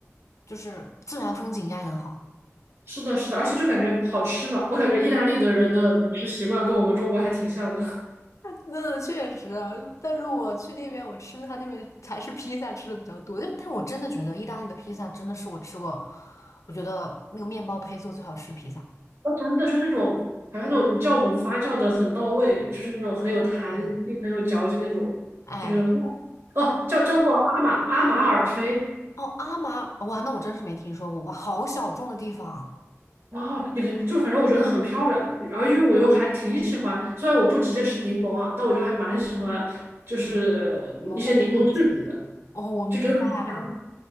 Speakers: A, on the left; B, on the right.
A: 就是自然风景应该很好。
B: 是的，是的，而且就感觉好吃吧。我感觉意大利的人的饮食习惯跟我们中国还挺像的。<laughs>
A: 那确实，但是我去那边，我吃他那边还是披萨吃的比较多。但是，但是我真的觉得意大利的披萨真的是我吃过，我觉得那个面包胚做最好吃的披萨。
B: 哦真的就是那种，好像那种酵母发酵的很到位，就是那种很有弹性、
A: 对，
B: 很有嚼劲那种，
A: 哎，
B: 就觉得哦，叫叫做阿马阿马尔菲。
A: 哦，阿玛，哇，那我真是没听说过，哇，好小众的地方，
B: 哦，你看，就反正我觉得很漂亮。然后因为我又还挺喜欢，虽然我不直接吃柠檬啊，但我就还蛮喜欢，就是一些柠檬制品的，
A: 你们味的东西。哦，我明白。
B: 就觉得很香。